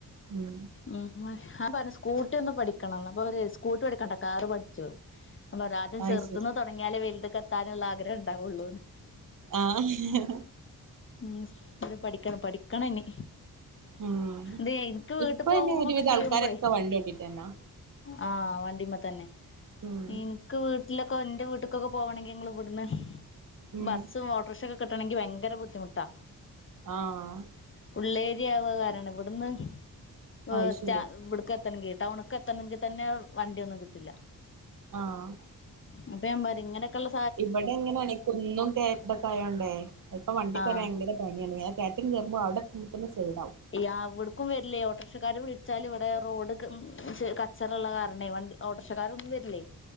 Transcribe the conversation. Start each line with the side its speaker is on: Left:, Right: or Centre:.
Right: മ്
Left: ഉം. ആംപർഞ്ഞ് സ്കൂട്ടി ഒന്ന് പഠിക്കണംന്ന്. അപ്പൊ അവര് സ്കൂട്ടി പഠിക്കടണ്ട. കാറ് പഠിച്ചോ ഞാൻ പറഞ്ഞു ആദ്യം
Right: അത്
Left: ചെറുതന്ന്
Right: ശരി
Left: തുടങ്ങിയാലേ വലുത കത്താനുള്ള ആഗ്രഹം ഉണ്ടാവുള്ളൂന്ന്.
Right: ആഹ്
Left: ഉ ഇത് പഠിക്കണം പഠിക്കണം ഇനീ
Right: ഉം
Left: ത് ഇൻക്ക് വീട്ട്
Right: ഇപ്പൊ
Left: പോകുമ്പൊ
Right: പിന്നെ ഒരുവിധം
Left: ക്കെ ചെയ്യുമ്പെ
Right: ആൾക്കാരൊക്കെ വണ്ടി ഓട്ടിട്ടന്നാ
Left: ആഹ്. വണ്ടിമ്മതന്നെ.
Right: ഉം
Left: ഇൻ ക്ക് വീട്ടിലൊക്കെ ന്റെ വീട്ട്ക്കൊക്കെ പോവണെങ്കി ങ്ങള് ഇവട്ന്ന്
Right: ഉം
Left: ബസ്സും, ഓട്ടോർഷക്കെ ക് ട്ടണെങ്കി ഭയര ബുദ്ധിമുട്ടാ.
Right: ആഹാ
Left: പള്ളേരിയാവ് വ കാരാണെ. ഇവട്ന്ന് ഓ
Right: അത്
Left: സ്റ്റാ
Right: ശരിയാ
Left: വ്ട്ക്ക് എത്തണെങ്കി ടൗണ് എത്തണെങ്കിൽ തന്നെ വണ്ടിൊന്നും കിട്ടില്ല.
Right: ആഹ്
Left: അപ്പം യാംപറിം ഇങ്ങനെക്കെള്ള
Right: ഇപടെ ഇങ്ങനെ ആണ്. ക്കൊന്നും കേയറ്റക്കയോണ്ടേ ഇപ്പൊ വണ്ടിക്കെര
Left: ആഹ്
Right: വയങ്കര പണിയാണ്ണീ. ആ കേറ്റൊക്കെ കേറുമ്പൊ അവ്ടെത്തുമ്പ തന്നെ സൈടാവും.
Left: യാ അവ്‌ട്ക്കും വരില്ലേ. ഓട്ടോറക്ഷക്കാര് വിൾച്ചാലും ഇവടെ റോഡ്ക്ക് മ് ച് കച്ചറള്ള കാരണേ വണ്ടി ഓട്ടോർഷക്കാരൊന്നൊര്ല്ലേ?